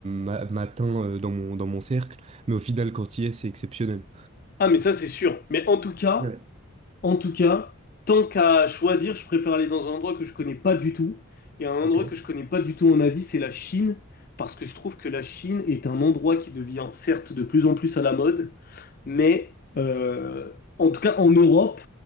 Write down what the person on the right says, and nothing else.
m'a- m'atteint euh, dans mon, dans mon cercle, mais au final, quand il y est, c'est exceptionnel.
Ouais,
ok.